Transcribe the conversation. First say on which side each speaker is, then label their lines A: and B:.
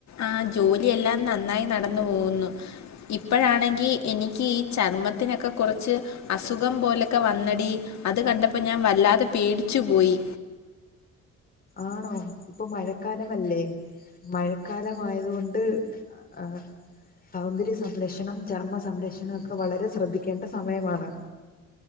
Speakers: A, on the left; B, on the left.
A: ആ ജോലിയെല്ലാം നന്നായി നടന്നു പോകുന്നു ഇപ്പോഴാണെങ്കി എനിക്ക് ഈ ചർമ്മത്തിനൊക്കെ കൊറച്ച് അസുഖം പോലൊക്കെ വന്നെടി അത് കണ്ടപ്പോ ഞാൻ വല്ലാതെ പേടിച്ചു പോയി
B: ആണോ ഇപ്പം മഴക്കാലമല്ലേ മഴക്കാലമായതുകൊണ്ട് ആ സൗന്ദര്യ സംരക്ഷണം ചർമ്മ സംരക്ഷണമൊക്കെ വളരെ ശ്രദ്ധിക്കേണ്ട സമയമാണ്